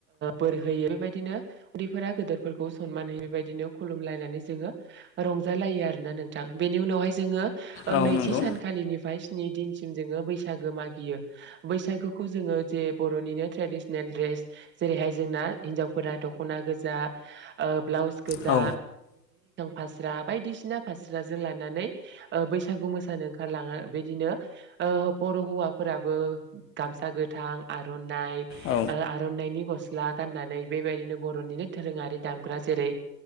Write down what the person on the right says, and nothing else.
बोर होयो बेबायदिनो उन्दैफोरा गोदोरफोरखौ सनमानै बेबायदिनो खुलुमलायनानै जोङो रंजालायो आरोना नोंथां बेनि उनावहाय जोङो
नैथि
सानखालिनिफ्राय स्नि दिनसिम जोङो बैसागो मागियो बैसागो खौ जोङो जे बर'निनो ट्रेडिसनेल ड्रेस जेरैहाय जोंना हिनजावफोरा दख'ना गोजा बा बाउस गोजा
फास्रा बायदिसिना फास्राजों लानानै बैसागु मोसानो ओंखारलाङो बिदिनो बर' हौवाफोराबो गामसा गोथां आर'नाइ
आर'नाइनि गस्ला गाननानै बेबायदिनो बर'निनो दोरोङारि दामग्रा जेरै